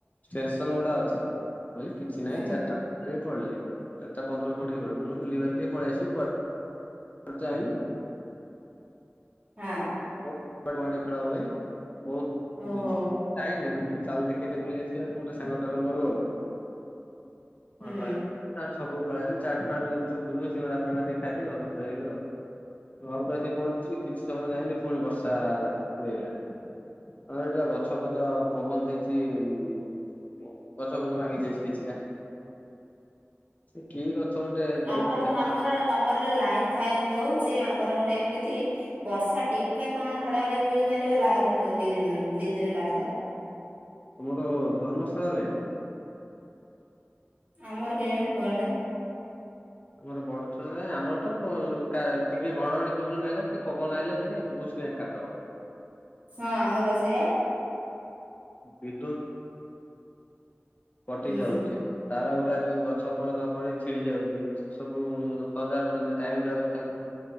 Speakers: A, on the left (about 35°); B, on the right (about 35°).
A: ଷ୍ଟେସନ ଗୁଡା ଅଛି, ମୁଁ କହିଲି କିଛି ନାହିଁ,
B: ହୁଁ
A: ଚାରିଟା କୋଡିଏ ପଳିଲେ, ଚାରିଟା ପନ୍ଦର କୋଡିଏ ବେଳୁ, ମୁଁ ବୁଲିବାଲି ଟିକେ ପଳେଇ ଆସିବି, କୁଆ <unintelligible>
B: ହଁ ଅଁ।
A: <unintelligible> ବାଡ଼ି ଖେଳ ହୁଏ, ବହୁତ
B: ଓହୋ
A: ଜିନିଷ, ମୁଁ ଯାଇନି, ମୁଁ କହିଲି ଚାଲ ଦେଖେ ବୁଲି ଆସି ବୁଲିଆସିବା, ଗୋଟେ ସାଙ୍ଗଟାରେ ମୋର ଗଲୁ,
B: ହୁଁ
A: ହ ଭା ତା ଛକୁକୁ ପଳେଇ ଆଇଲି, ଚାଟଫାଟ, ଗୁପୁଚୁୁପ ଫୁପଚୁପ ସେଗୁଡା <unintelligible> ଖାଇଦି ଘରକୁ ପଳେଇଆଇଲୁ ଆଉ। ଘରକୁ ଆସିିକି ପହଞ୍ଚୁଛିି, କିଛି ସମୟ ଯାଇନି, ପୁଣି ବର୍ଷା କୁରେଇଲା। ହଁ, ହେଠି ବା ଗଛ ଫଛ ପବନ ଦେଇଛିି <unintelligible> ଓ, ଗଛ ଫଛ ଭାଙ୍ଗି ଯାଇଛି କିଛିଟା।
B: <unintelligible>
A: ସେ କି ଗଛ ଗୋଟେ, ବହୁତ
B: ଆମର
A: ଡେଙ୍ଗା
B: ଆମର ତମର ହେଲେ ଲାଇନ ଫାଇନ ରହୁଚି, ଆମର ଗୋଟେ ଏମିତି ବର୍ଷା ଟିକେ କଣ ଘଡଘଡି ବିଜୁଳି ମାରିବ, ଲାଇନ ଦି ଦିନି, ଦି ଦିନି କାଟିଦବ।
A: ତୁମର ଧର୍ମଶାଳା ଲାଇନ?
B: ଆମର କେଇଆଣି କୁଆଡେ?
A: ଆମର ବଡଚଣା ରେ, ଆମର ତ ଟିକେ ଘଡଘଡି ବିଜୁଳି ମାଇଲା କି, ପବନ ଆଇଲେ ଟିକେ, ଭୁସ ସେୟା ଖାଦ
B: ହଁ, ଆମ ପା ସେଇଆ।
A: ବିଦ୍ୟୁତ୍, କଟି
B: ହୁଁ
A: ଯାଉଚି। ତାର ଗୁରା ଯୋଉ, ଗଛ ପଛ ପଡି ଛିଡି ଯାଉଚି। ସବୁ ସଜାଡୁଛନ୍ତି, ଟାଇମ ଲାଗୁଛି ତାଙ୍କୁ।